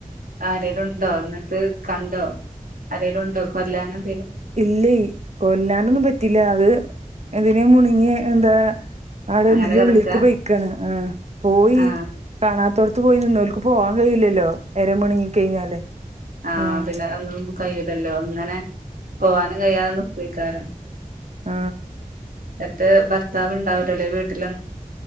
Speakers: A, on the right (about 85°); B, on the right (about 50°).
A: ആരേലുണ്ടോ ന്നിട്ട് കണ്ടോ അരെലുണ്ടോ കൊല്ലാനെന്തേലും
B: ഇല്ലെ കൊല്ലാനൊന്നും പറ്റീല്ല അത് എന്തിനെ മുണ്ങ്ങി എന്താ ആടെ
A: അങ്ങനെ
B: എന്തിന്റെയോ
A: കിടക്കാ
B: ഉള്ളിൽക്ക് പോയിക്കാണ് ആ പോയി
A: ആ
B: കാണാ അ പോയി നിന്നോല്ക്ക് പോവാൻ കഴിയില്ലല്ലോ എര മുണിങ്ങി കഴിഞ്ഞാല്
A: ആഹ
B: ആഹ്
A: പിന്നെ ഒന്നും കയ്യൂലല്ലോ അങ്ങനെ പോവാനും കഴിയാതെ നീക്കെക്കാരം
B: ആ
A: എന്നട്ട് ഭർത്താവ് ഇണ്ടാവലല്ലേ വീട്ടിലോ